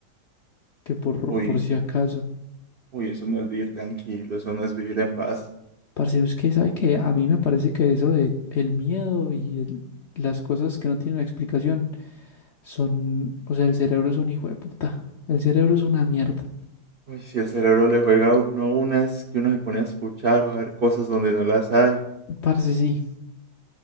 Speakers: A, on the left (about 70°); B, on the right (about 65°).
A: que por,
B: uy,
A: por si acaso.
B: uy, eso no es vivir tranquilo, eso no es vivir en paz.
A: Parce, es que sabe que a mí me parece que eso de el miedo y el- las cosas que no tienen explicación son, o sea, el cerebro es un hijo de puta, el cerebro es una mierda.
B: Uy, si el cerebro le juega a uno unas que uno se pone a escuchar o a ver cosas donde no las hay.
A: Parce, sí,